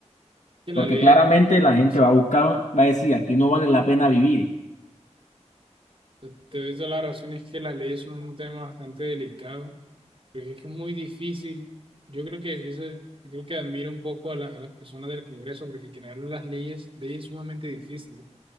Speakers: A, on the right; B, on the left.
A: que
B: porque
A: la ley,
B: claramente
A: es-
B: la gente
A: sí,
B: va a buscar, va a decir, aquí no vale la pena vivir.
A: te, te doy toda la razón, es que las leyes son un tema bastante delicado Porque es que es muy difícil. Yo creo que eso, yo creo que admiro un poco a, la- a las personas del Congreso porque crear las leyes, leyes es sumamente difícil, ¿no?